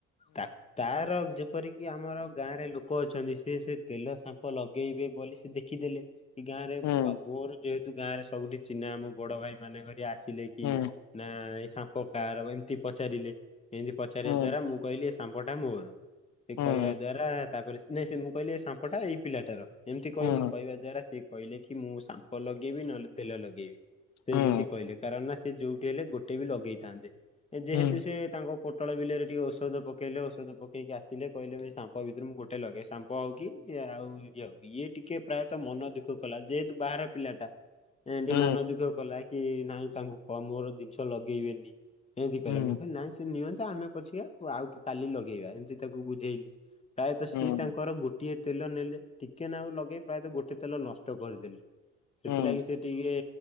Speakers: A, on the left; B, on the left.
A: ତା ତାର ଯୋଉ ଯେପରିକି ଆମର ଗାଁରେ ଲୋକ ଅଛନ୍ତି ସେ ସେ ତେଲ ସାମ୍ପ ଲଗେଇବେ ବୋଲି ସେ ଦେଖିଦେଲେ। ଗାଁରେ
B: ହୁଁ
A: ବା ମୋର ଯେହେତୁ ଗାଁରେ ସବୁଠି ଚିହ୍ନା ଆମ ବଡ ଭାଇ ମାନେ କରି ଆସି ଥିଲେ କି
B: ହୁଁ
A: ନା ଏ ସାମ୍ପ କାହାର ଏମିତି ପଚାରିଲେ ଏମିତି ପଚାରିବା
B: ହୁଁ
A: ଦ୍ଵାରା ମୁଁ କହିଲି ସାମ୍ପଟା ମୋର ସେ
B: ହୁଁ
A: କହିବା ଦ୍ଵାରା ତାପରେ ନାଇଁ ସେ ମୁଁ କହିଲି ସାମ୍ପଟା ଏଇ ପିଲାଟାର ଏମିତି କହିଲି
B: ହୁଁ
A: କହିବା ଦ୍ଵାରା ସିଏ କହିଲେ କି ମୁଁ ସାମ୍ପ ଲଗେଇବି ନହଲେ ତେଲ ଲଗେଇବି। ସେ
B: ହୁଁ
A: ଏମିତି କହିଲେ କାରଣ ନା ସେ ଯୋଉଠି ହେଲେ ଗୋଟେ ବି ଲଗେଇଥାନ୍ତେ ଯେହେତୁ
B: ହୁଁ
A: ସେ ତାଙ୍କ କୋ କୋଟଳ ବିଲରେ ଟିକେ ଔଷଧ ପକେଇଲେ ଔଷଧ ପକି ଆସ ଥିଲେ କହିଲେ ଭାଇ ସାମ୍ପ ଭିତରୁ ମୁଁ ଗୋଟେ ଲଗେ ସାମ୍ପ ହଉ କି ଆଉ ଇଏ ହଉ ଇଏ ଟିକେ ପ୍ରାୟତଃ ମନ ଦୁଃଖ ଦୁଃଖ କଲା ଯେହେତୁ ବାହାର ପିଲାଟା। ଏ
B: ହୁଁ
A: ଟେ ମନ ଦୁଃଖ କଲା କି ନାଇଁ ତାଙ୍କୁ କହ ମୋର ଜିନିଷ ଲଗେଇବେନି। ଏମିତି କହିଲା
B: ହୁଁ
A: ମୁଁ କହିଲି ନାଇଁ ସେ ନିଅନ୍ତୁ ଆମେ ପଛିକା ଆଉ କାଲି ଲଗେଇବା ଏମିତି ତାକୁ ବୁଝେଇଲି। ପ୍ରାୟତଃ ସିଏ
B: ହୁଁ ହୁଁ
A: ତାଙ୍କର ଗୋଟିଏ ତେଲ ନେଲେ ଟିକେ ନାକୁ ଲଗେଇ ପ୍ରାୟତଃ ଗୋଟଏ ତେଲ ନଷ୍ଟ କରିଦେଲେ। ସେଥିଲାଗି
B: ହୁଁ
A: ସେ ଟିକିଏ